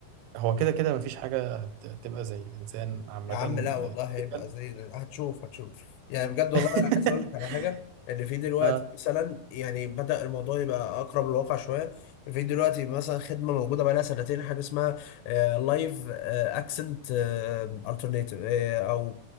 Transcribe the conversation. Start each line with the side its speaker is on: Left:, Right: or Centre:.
Right: هو كده كده مفيش حاجة هت- هتبقى زي الانسان عامة
Left: يا عم لا والله هيبقى
Right: typical.
Left: زي هتشوف هتشوف يعني بجد والله
Right: <laughs>
Left: انا عايز اقول لك على حاجه ان في دلوقتي
Right: اه
Left: مثلا يعني بدأ الموضوع يبقى اقرب للواقع شويه في دلوقتي مثلا خدمه موجوده بقى لها سنتين حاجه اسمها لايف اكسنت الترناتيف او